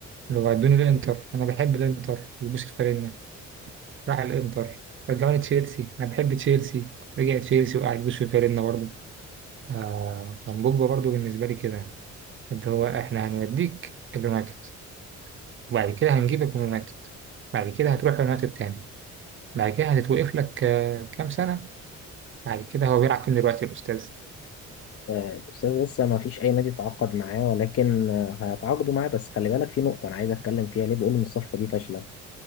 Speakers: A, on the right; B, on the left.
A: اللي هو ادوني الانتر انا بحب الانتر يبوس الفريق راح الانتر رجعوني تشيلسي انا بحب تشيلسي رجع تشيلسي وقعد بوش في فيرنا برضه آه كان بوجبا برضه بالنسبه لي كده اللي هو احنا هنوديك اليونايتد وبعد كده هنجيبك من اليونايتد بعد كده هتروح اليونايتد تاني بعد كده هتتوقف لك آه كام سنه بعد كده هو بيلعب فين دلوقتي الأستاذ
B: آه، الأستاذ لسه ما فيش اي نادي تعاقد معاه ولكن آه، هيتعاقدوا معاه بس خلي بالك في نقطه انا عايز اتكلم فيها ليه بقول ان الصفقه دي فاشله